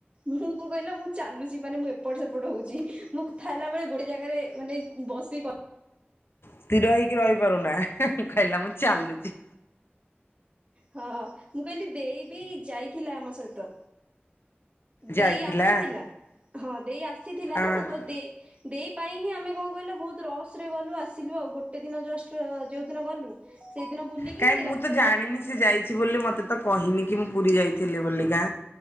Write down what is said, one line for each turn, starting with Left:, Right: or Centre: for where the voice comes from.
Right: ମୁଁ କଣ କହିଲ ମୁଁ ଚାଲୁଛି ମାନେ ଏବେ ଏପଟ ସେପଟ ହେଉଛି ମୁଁ କଥାହେଲା ବେଳେ ଗୋଟେ ଜାଗାରେ ମାନେ ବସି କ
Left: ସ୍ତିର ହେଇକି ରହିପାରୁନା ହେଁ ହେଁ କହିଲା ମୁଁ ଚାଲୁଛି।
Right: ହଁ ମୁଁ କହିଲି ଦେଇ ବି ଯାଇଥିଲା ଆମ ସହିତ। ଦେଇ
Left: ଯାଇଥିଲା
Right: ଆସିଥିଲା। ହଁ ଦେଇ ଆସିଥିଲା ନା
Left: ଆ
Right: ତ ଦେଇ ଦେଇ ପାଇଁ ହିଁ ଆମେ କଣ କହିଲ ବହୁତ ରସ ଗଲୁ ଆସିଲୁ ଆଉ ଗୋଟେ ଦିନ ଜଷ୍ଟ ଯୋଉ ଦିନ ଗଲୁ ସେଇଦିନ ବୁଲିକି
Left: କାଇଁ ମୁଁ
Right: ରାତିରେ
Left: ତ ଜାଣିନି
Right: ରହିକି
Left: ସେ ଯାଇଛି ବୋଲି ମତେ ତ କହିନି କି ମୁଁ ପୁରୀ ଯାଇଥିଲି ବୋଲିକା।